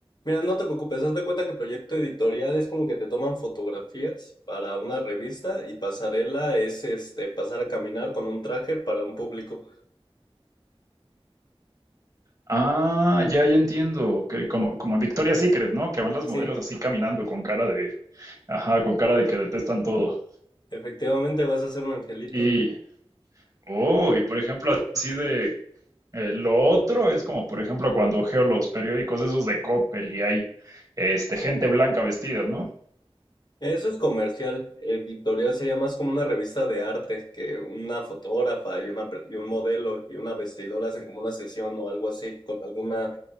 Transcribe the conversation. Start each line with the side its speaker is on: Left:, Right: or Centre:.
Left: mira, no te preocupes, haz de cuenta que proyecto editorial es como que te toman fotografías para una revista y pasarela es este pasar a caminar con un traje para un público.
Right: Ah, ya, ya entiendo. Ok, como, como en Victoria's Secret, ¿no? Que van las
Left: Sí,
Right: modelos así caminando con cara de, ajá, con cara de que detestan todo.
Left: efectivamente vas a ser un angelito.
Right: Y, oh, y por ejemplo, así de Eh, lo otro es como, por ejemplo, cuando geo los periódicos esos de Coppel y hay este, gente blanca vestida, ¿no?
Left: Eso es comercial. Editorial sería más como una revista de arte que una fotógrafa y una per- y un modelo y una vestidora hacen como una sesión o algo así con alguna